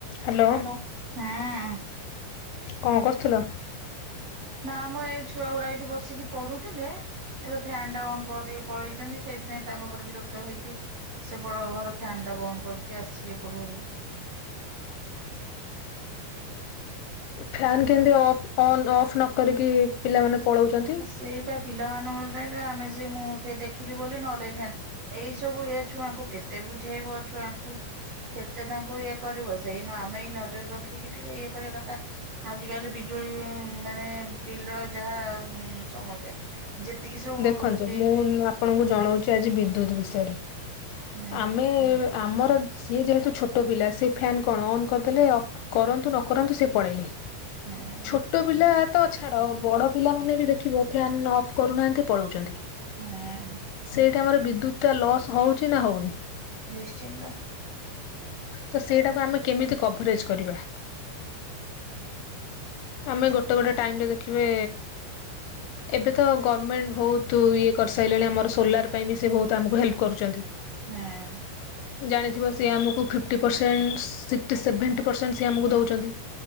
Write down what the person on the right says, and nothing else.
hello ହଁ।
ନା ମ ଏଇ ଛୁଆ ଗୁଡା ଏଇଠି ବସିକି ପଢୁଥିଲେ ଏ ଫ୍ୟାନ ଟା ଅନ୍ କରିଦେଇକି ପଳେଇଛନ୍ତି। ସେଇଥିପାଇଁ ତାଙ୍କ ଉପରେ ବିରକ୍ତ ହେଇକି ସେପଟ ଘର ଫ୍ୟନ୍ ଟା ବନ୍ଦ କରିକି ଆସିବି ଏପଟ ଘରକୁ।
ସେଇ ପା ପିଲାମାନଙ୍କ ପାଇଁପା ଆମେ ସେ ମୁଁ ସେ ଦେଖିଲି ବୋଲି ନହେଲେ ଫ୍ୟାନ୍ ଏଇ ସବୁ ଛୁଆଙ୍କୁ କେତେ ବୁଝେଇବ ଛୁଆଙ୍କୁ କେତେ ତାଙ୍କୁ ଇଏ କରିବ ସେଇ ଆମେ ଏଇ ନଜର ରଖିକି ଟିକେ ଇଏ କର କଥା ଆଜି କାଲି ବିଜୁଳି ମାନେ ବିଲ୍ ର ଯାହା ହୁଁ ସମସ୍ୟା। ଯେତିକି ସବୁ
ବିଲ୍
ହୁଁ
ହୁଁ।
ହଁ
ନିଶ୍ଚିନ୍ତ।
ହଁ